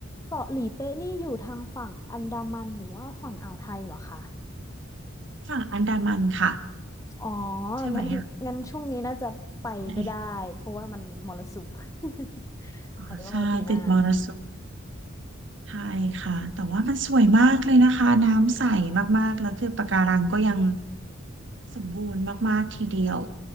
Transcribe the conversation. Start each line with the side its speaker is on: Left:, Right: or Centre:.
Left: เกาะหลีเป๊ะนี่อยู่ทางฝั่งอันดามันหรือว่าฝั่งอ่าวไทยเหรอคะ
Right: ฝั่งอันดามันค่ะ
Left: อ๋อ
Right: ใช่ไหมอะ
Left: งั้นงั้นช่วงนี้น่าจะไปไม่ได้เพราะว่ามันมรสุม
Right: อ
Left: <laughs>
Right: ๋อใช่ติดมรสุม
Left: อาจจะต้องรอปีหน้า
Right: ใช่ค่ะแต่ว่ามันสวยมากเลยนะคะน้ำใส
Left: อืม
Right: มากๆแล้วคือปะการังก็ยังสมบูรณ์มากๆทีเดียว